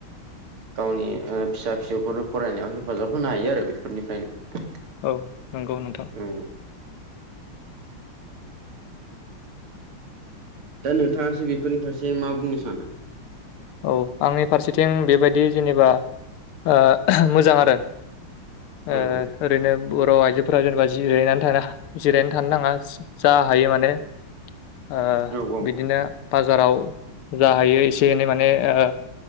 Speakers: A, on the right; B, on the left.
A: गावनि ओ फिसा फिसौफोरनो फरायनायाव हेफाजाब होनो हायो आरो बेफोरनिफ्रायनो
B: औ नंगौ नोंथां
A: औ दा नोंथाङासो बेफोरनि फारसे मा बुंनो सानो?
B: औ आंनि फारसेथिं बेबायदि जेनेबा ओ मोजां आरो
A: औ
B: ओ ओरैनो बर' आइजोफोरा जेनबा जिरायनानै थानो जिरायनानै थानो नाङा जा हायो माने ओ
A: औ औ
B: बिदिनो बाजाराव जा हायो एसे एनै माने ओ